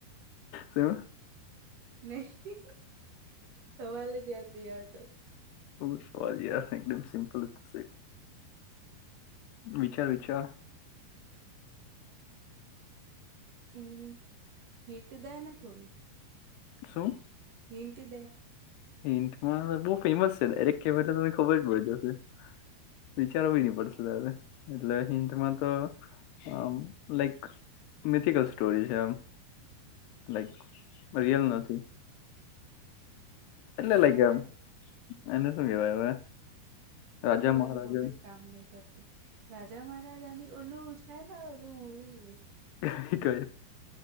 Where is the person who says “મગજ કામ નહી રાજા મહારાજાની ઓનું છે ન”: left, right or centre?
Right